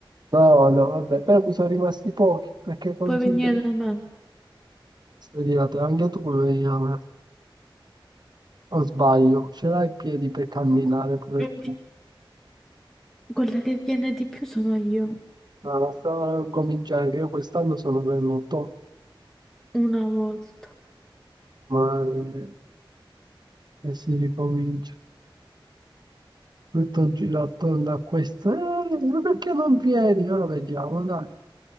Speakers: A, on the right; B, in the centre.
A: No, no, vabbè, però mi sono rimasti pochi, perché consideri...
B: Puoi venire da me.
A: Vedi, anche tu puoi venire a me, o sbaglio, ce l'hai i piedi per camminare pure
B: Quindi,
A: tu.
B: Quella che viene di più sono io.
A: Ma sta a cominciare, che io quest'anno sono venuto,
B: Una volta.
A: ma eh, e si ricomincia. Tutto gira attorno a questo. Eh, ma perché non vieni? Ora vediamo, dai.